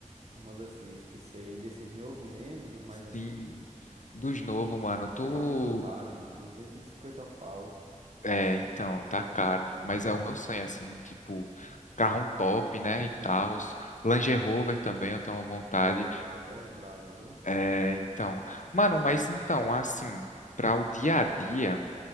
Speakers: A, on the right (about 55°); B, on the left (about 70°).
A: Um Honda Civic, sei. Desses novo mesmo, do mais antigo.
B: Sim. Dos novos, mano.
A: Porque
B: Tu
A: tá muito caro, mano. duzentos e cinquenta pau.
B: É, então, tá caro. Mas é o meu sonho, assim, tipo, carro top, né? E tal. Land Rover também eu tenho vontade.
A: Eita, aí é braba, viu?
B: É, então. Mano, mas então, assim, para o dia a dia,